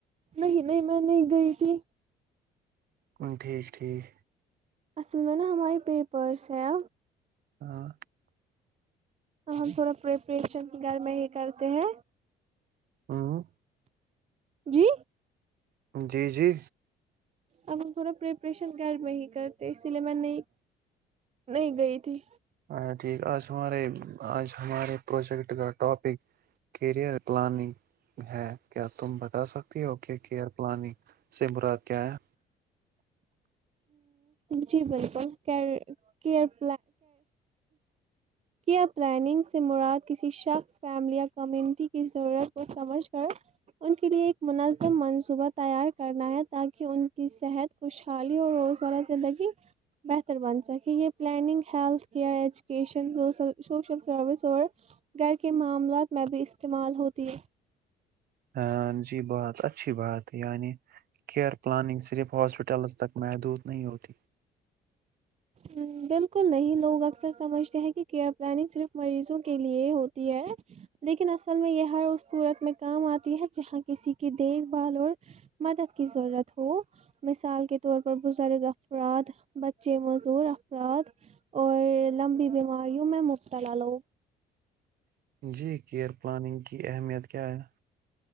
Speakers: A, on the right; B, on the right.
A: نہیں نہیں میں نہیں گئی تھی
B: ہ ٹھیک ٹھیک
A: اصل میں نا ہماری پےپرس ہے اب
B: ہاں
A: ہم تھوڑا پریپریشن گھر میں ہی کرتے ہیں
B: ہ
A: جی
B: جی جی
A: اب تھوڑا پرپریشن گھر میں ہی کرتے اس لیے میں نہیں نہیں گئی تھی
B: ہاں ٹھیک آج ہمارے آج ہمارے پروجیکٹ کا ٹاپک کیریئر پلاننگ ہے کیا تم بتا سکتی ہو کہ کیئر پلاننگ سے مراد کیا ہے
A: جی بالکل کیئر کیئر پلاننگ سے مراد کسی شخص فیملی یا کمیونٹی کی ضرورت کو سمجھ کر ان کے لیے ایک منظم منصوبہ تیار کرنا ہے تاکہ ان کی صحت خوشحالی روزمرہ زندگی بہتر بن سکے یہ planning health care education social service اور گھر کے معاملات میں بھی استعمال ہوتی ہے
B: ہاں جی بہت اچھی بات یعنی کیئر پلاننگ صرف ہاسپٹلز تک محدود نہیں ہوتی
A: ہ بالکل نہیں لوگ اکثر سمجھتے ہیں کہ کیئر پلاننگ صرف مریضوں کے لیے ہوتی ہے لیکن اصل میں یہ ہر اس صورت میں کام آتی ہے جہاں کسی کی دیکھ بھال اور مدد کی ضرورت ہو مثال کے طور پر بزرگ افراد بچے م زور افراد اور لمبی بیماریوں میں مبتلا لو
B: جی کیئر پلاننگ کی کی اہمیت کیا ہے